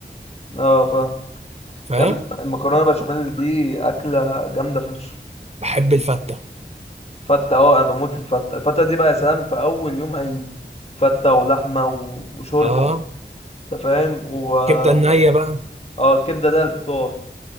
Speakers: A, on the left; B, on the right.
A: اه فاهم
B: فاهم
A: يا ابني المكرونه بشاميل دي اكله جامده فشخ
B: <clears throat> بحب الفته
A: فتة اه انا بموت في الفتة الفتة دي بقى يا سلام في اول يوم عيد فتة ولحمة و- وشوربة
B: اه
A: انت فاهم و...
B: كبده النيه
A: وبس
B: بقى
A: اه الكبدة ده الفطار